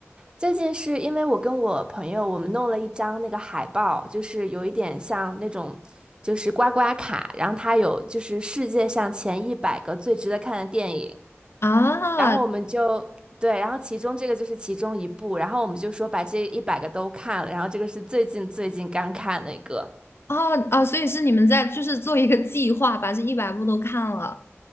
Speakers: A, on the right; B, on the left.
A: 最近是因为我跟我朋友，我们弄了一张那个海报，就是有一点像那种，就是刮刮卡，然后它有就是世界上前一百个最值得看的电影，
B: 啊，
A: 然后我们就对，然后其中这个就是其中一部，然后我们就说把这一百个都看了，然后这个是最近最近刚看那个，
B: 哦啊，所以是你们在就是做一个计划，把这一百部都看了，